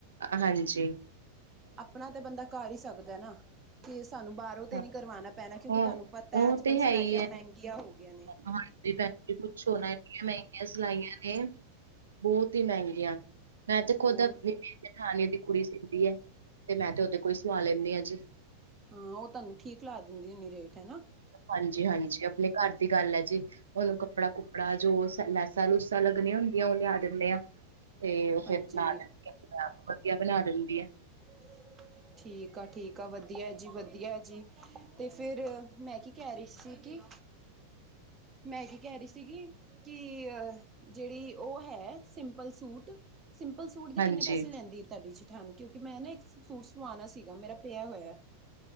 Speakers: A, on the right (about 70°); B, on the right (about 25°).
A: ਹਾਂਜੀ
B: ਆਪਣਾ ਤਾਂ ਬੰਦਾ ਕਰ ਹੀ ਸਕਦਾ ਨਾ ਤੇ ਸਾਨੂੰ ਬਾਹਰੋ ਤੇ
A: ਹਾਂ
B: ਨੀ ਕਰਵਾਉਣਾ ਪੈਣਾ ਕਿਉਂਕਿ
A: ਉਹ
B: ਤੁਹਾਨੂੰ ਪਤਾ
A: ਉਹ
B: ਅੱਜ-ਕੱਲ
A: ਤੇ
B: ਸਿਲਾਈਆਂ
A: ਹੈ ਹੀ ਹੈ
B: ਮਹਿੰਗੀਆਂ ਹੋ ਗਈਆਂ ਨੇ
A: ਹਾਂਜੀ ਭੈਣ ਜੀ ਪੁੱਛੋ ਨਾ ਇੰਨੀਆ ਮਹਿੰਗੀਆ ਸਿਲਾਈਆ ਨੇ, ਬਹੁਤ ਹੀ ਮਹਿੰਗੀਆ ਮੈਂ ਤੇ ਖੁਦ
B: ਹੋਰ
A: ਆਪਨੀ ਜਠਾਣੀ ਦੀ ਕੁੜੀ ਸੀਦੀ ਐ ਤੇ ਮੈਂ ਤੇ ਉਦੇ ਕੋ ਈ ਸੁਵਾ ਲੈਣੀ ਆ ਜੀ
B: ਹਾਂ ਉਹ ਤੁਹਾਨੂੰ ਠੀਕ ਲਾ ਦਿੰਦੀ ਹੋਣੀ ਰੇਟ ਹੈਨਾ
A: ਹਾਂਜੀ -ਹਾਂਜੀ, ਆਪਣੇ ਘਰ ਦੀ ਗੱਲ ਏ ਜੀ ਉਹਨੂੰ ਕੱਪੜਾ-ਕੁਪੜਾ ਜੋ ਲੈਸਾਂ-ਲੂਸਾਂ ਲੱਗਣੀਆਂ ਹੁੰਦੀਆਂ ਉਹ ਲਿਆ ਦਿੰਨੇ ਆ ਤੇ ਉਹ
B: ਹਾਂਜੀ
A: ਫਿਰ ਬਣਾ ਦਿੰਦੀ ਏ, ਆਪਣੇ-ਆਪ ਵਧੀਆ ਬਣਾ ਦਿੰਦੀ ਐ
B: <unintelligible> ਠੀਕ ਆ ਠੀਕ ਆ ਵਧੀਆ ਜੀ ਵਧੀਆ ਜੀ, ਤੇ ਫਿਰ ਮੈਂ ਕੀ ਕਹਿ ਰਹੀ ਸੀ ਕਿ ਮੈਂ ਕੀ ਕਹਿ ਰਹੀ ਸੀਗੀ ਕਿ ਅ ਜਿਹੜੀ ਉਹ ਹੈ ਸਿੰਪਲ-ਸੂਟ, ਸਿੰਪਲ-ਸੂਟ ਦੇ
A: ਹਾਂਜੀ
B: ਕਿੰਨੇ ਪੈਸੇ ਲੈਂਦੀ ਐ ਤੁਹਾਡੀ ਜਠਾਣੀ ਜੇਠਾਣੀ ਕਿਉਂਕਿ ਮੈਂ ਨਾ ਇੱਕ ਸੂਟ ਸਵਾਉਣਾ ਸੀਗਾ ਮੇਰਾ ਪਿਆ ਹੋਇਆ